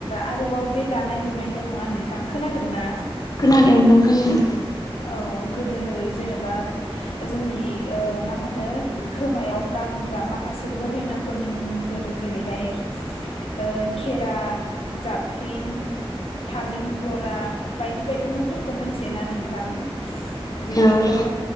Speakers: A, on the left; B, on the left.
A: आरोबाव बे दानाय लुनायल नङा नोंथां खोनादोंना
B: खोनादों नोंथां खोनादों।
A: औ गोदो जेनेबा जोंनि ओ मा होनो खोमायाव गानग्रा माखा -खासे गहेनाफोरनि मुंफोर जेरैहाय ओ खेरा जाबख्रिं थालिंफ्लरा बायदि बायदि मुंफोरखौ मिथियोना नोंथां बेफोरखौ
B: औ